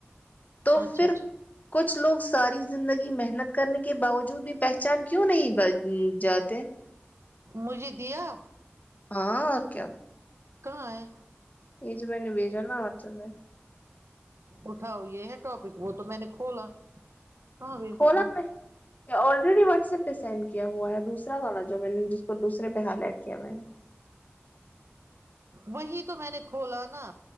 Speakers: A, on the left; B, on the right.
A: تو
B: اچھا
A: پھر
B: اچھا
A: کچھ لوگ ساری زندگی محنت کرنے کے باوجود بھی پہچان کیوں نہیں بن جاتے
B: مجھے دیا
A: ہاں اور کیا
B: کہاں ہے
A: یہ جو میں نے بھیجا نا واٹس ایپ میں
B: اٹھاؤ یہ ہے ٹاپک وہ تو میں نے کھولا کہاں بھیج
A: کھولا
B: دیا
A: آلریڈی واٹس ایپ پہ سینڈ کیا ہوا ہے دوسرا تھا نا جو میں نے جس کو دوسرے پہ ہالائٹ کیا میں نے
B: وہی تو میں نے کھولا نا